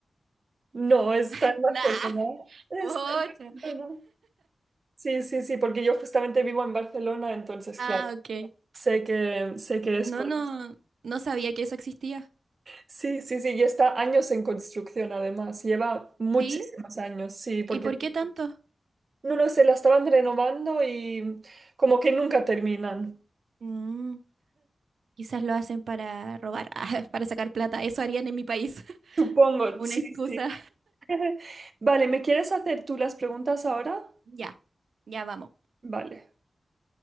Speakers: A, on the right; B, on the right.
A: No, está
B: <laughs>
A: en Barcelona.
B: Nah,
A: Está
B: pucha.
A: en Barcelona. Sí, sí, sí, porque yo justamente vivo en Barcelona, entonces,
B: Ah,
A: claro,
B: ok.
A: sé que, sé que es
B: No,
A: por...
B: no, no sabía que eso existía.
A: Sí, sí, sí, y está años en construcción además, lleva muchísimos
B: ¿Sí?
A: años, sí, porque
B: ¿Y por qué tanto?
A: no lo sé, la estaban renovando y como que nunca terminan.
B: Mm, quizás lo hacen para robar, <laughs> ah, para sacar plata. Eso harían en mi país. <laughs>
A: Supongo,
B: Una
A: sí,
B: excusa.
A: sí. <laughs> Vale, ¿me quieres hacer tú las preguntas ahora?
B: Ya, ya vamos.
A: Vale.